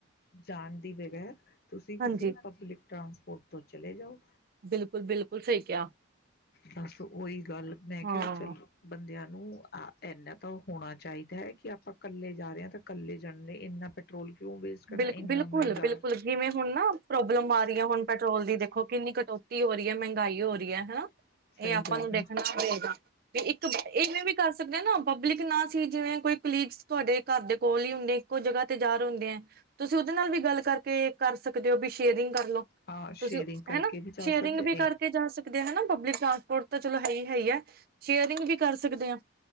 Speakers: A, on the left; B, on the right.
A: ਜਾਣ, ਦੀ ਬਗੈਰ ਤੁਸੀਂ ਕਿਸੇ
B: ਹਾਂਜੀ
A: <unintelligible> ਟਰਾਂਸਪੋਰਟ ਤੋਂ ਚਲੇ ਜਾਓ।
B: ਬਿਲਕੁਲ-ਬਿਲਕੁਲ ਸਹੀ ਕਿਹਾ
A: ਬਸ ਉਹੀ ਗੱਲ ਮੈਂ ਕਿਹਾ
B: ਹਾਂ।
A: ਚਲੋ ਬੰਦਿਆਂ ਨੂੰ ਆ ਇੰਨਾ ਤਾਂ ਉਹ ਹੋਣਾ ਚਾਹੀਦਾ ਹੈ, ਕਿ ਆਪਾਂ ਇਕੱਲੇ ਜਾ ਰਹੇ ਹਾਂ ਤਾਂ ਇਕੱਲੇ ਜਾਣ ਲਈ ਇੰਨਾ ਪੈਟਰੋਲ ਕਿਉਂ ਵੇਸਟ ਕਰਨਾ
B: ਬਿਲ
A: ਇੰਨਾ
B: ਬਿਲਕੁਲ
A: ਮਹਿੰਗਾ
B: ਬਿਲਕੁਲ ਜਿਵੇਂ ਹੁਣ ਨਾ ਪ੍ਰੋਬਲਮ ਆ ਰਹੀ ਹੈ, ਹੁਣ ਪੈਟਰੋਲ ਦੀ ਦੇਖੋ ਕਿੰਨੀ ਕਟੌਤੀ ਹੋ ਰਹੀ ਹੈ, ਮਹਿੰਗਾਈ ਹੋ ਰਹੀ ਹੈ ਹਨਾ।
A: ਹੈ।
B: ਇਹ
A: ਸਹੀ
B: ਆਪਾਂ
A: ਗੱਲ
B: ਨੂੰ
A: ਹੈ।
B: ਦੇਖਣਾ ਪਏਗਾ ਵੀ ਇੱਕ ਇਵੇਂ ਵੀ ਕਰ ਸਕਦੇ ਹਾਂ ਨਾ ਪਬਲਿਕ ਨਾ ਸੀ ਜਿਵੇਂ ਕੋਈ ਕਲੀਗਸ ਤੁਹਾਡੇ ਘਰ ਦੇ ਕੋਲ ਹੀ ਹੁੰਦੇ ਇੱਕੋ ਜਗ੍ਹਾ ਤੇ ਜਾ ਰਹੇ ਹੁੰਦੇ ਆ। ਤੁਸੀਂ ਉਹਦੇ ਨਾਲ ਵੀ ਗੱਲ ਕਰਕੇ ਕਰ ਸਕਦੇ ਹੋ ਵੀ ਸ਼ੇਅਰਿੰਗ ਕਰ ਲਓ
A: ਹਾਂ
B: ਤੁਸੀਂ
A: ਸ਼ੇਅਰਿੰਗ ਕਰਕੇ
B: ਹਨਾ
A: ਵੀ ਜਾ
B: ਸ਼ੇਅਰਿੰਗ
A: ਸਕਦੇ
B: ਵੀ
A: ਨੇ।
B: ਕਰਕੇ ਜਾ ਸਕਦੇ ਹੋ ਹਨਾ। ਪਬਲਿਕ ਟ੍ਰਾਂਸਪੋਰਟ ਤਾਂ ਚਲੋ ਹਈ ਹਈ ਹੈ ਸ਼ੇਅਰਿੰਗ ਵੀ ਕਰ ਸਕਦੇ ਆ।